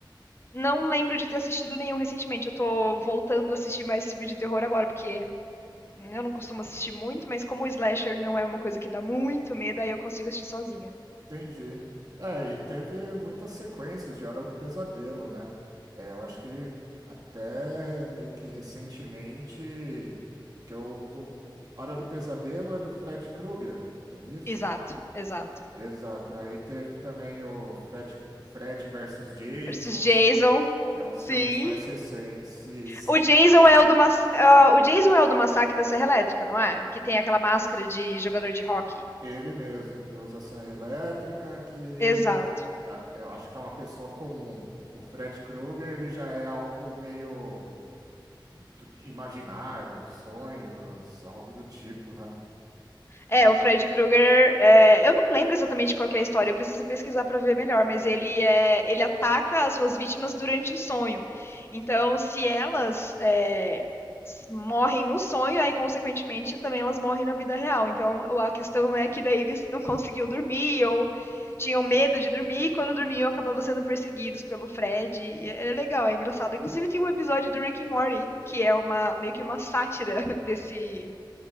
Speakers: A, on the left; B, on the right.
A: não lembro de ter assistido nenhum recentemente. Eu tô voltando a assistir mais filme de terror agora, porque eu não costumo assistir muito, mas como o slasher não é uma coisa que dá muito medo, aí eu consigo assistir sozinha.
B: Entendi. É, e teve muitas sequências de Hora do Pesadelo, né? É, eu acho que até meio que recentemente, porque o, o Hora do Pesadelo é do Fred Krueger, é isso?
A: Exato, exato.
B: Exato. Aí teve também o Fred, Fred versus Jason,
A: Versus Jason,
B: que é uns
A: sim.
B: filmes mais recentes. E
A: O Jason é o do, mas... ah, o Jason é o do massacre da Serra Elétrica, não é? Que tem aquela máscara de jogador de rock.
B: Ele mesmo, que usa serra elétrica, que
A: Exato.
B: é- eu acho que é uma pessoa comum. O Fred Krueger, ele já é algo meio do- imaginário, sonhos, algo do tipo, né?
A: É, o Fred Krueger, é, eu não lembro exatamente qual que é a história, eu preciso pesquisar para ver melhor, mas ele é, ele ataca as suas vítimas durante o sonho. Então, se elas é, morrem no sonho, aí consequentemente também elas morrem na vida real. Então, a questão é que daí eles não conseguiam dormir ou tinham medo de dormir e quando dormiam acabavam sendo perseguidos pelo Fred. É é legal, é engraçado. Inclusive tem um episódio do Rick and Morty que é uma meio que uma sátira <laughs> desse